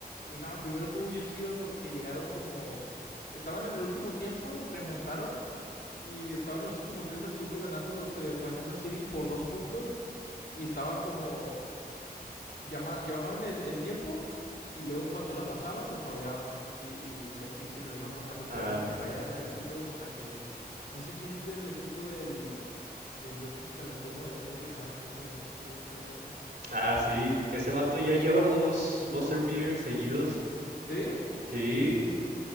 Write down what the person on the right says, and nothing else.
Ah,
ah, sí, ese vato ya lleva dos buzzer beaters seguidos.
Sí,